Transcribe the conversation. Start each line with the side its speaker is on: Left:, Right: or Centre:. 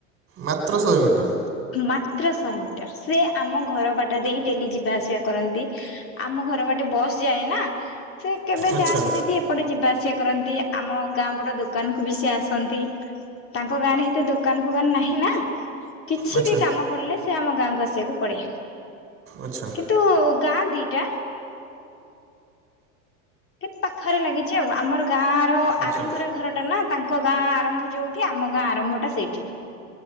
Right: ମାତ୍ର ଶହେ ମିଟର।
Left: ମାତ୍ର ଶହେ ମିଟର। ସେ ଆମ ଘର ବାଟ ଦେଇ ଡେଲି ଯିବା ଆସିବା କରନ୍ତି। ଆମ ଘର ବାଟେ ବସ୍ ଯାଏ ନା, ସେ କେବେ
Right: ଆଚ୍ଛା
Left: ଯାଆନ୍ତି ଯଦି ଏପଟେ ଯିବା ଆସିବା କରନ୍ତି। ଆମ ଗାଁ ପଟ ଦୋକାନ କୁ ବି ସିଏ ଆସନ୍ତି। ତାଙ୍କ ଗାଁ ରେ ହେତେ ଦୋକାନ ଫୋକାନ ନାହିଁ ନା! କିଛି
Right: ଆଚ୍ଛା
Left: ବି କାମ ପଡିଲେ ସେ ଆମ ଗାଁକୁ ଆସିବାକୁ ପଡେ।
Right: ଆଚ୍ଛା
Left: କିନ୍ତୁ ଗାଁ ଦିଟା କିନ୍ତୁ ପାଖରେ ଲାଗିଛି ଆଉ। ଆମର ଗାଁ ର
Right: ଆଚ୍ଛା
Left: ଆରମ୍ଭରେ ଘର ଟା ନା। ତାଙ୍କ ଗାଁ ଆରମ୍ଭ ଯୋଉଠି। ଆମ ଗାଁ ଆରମ୍ଭଟା ସେଇଠି।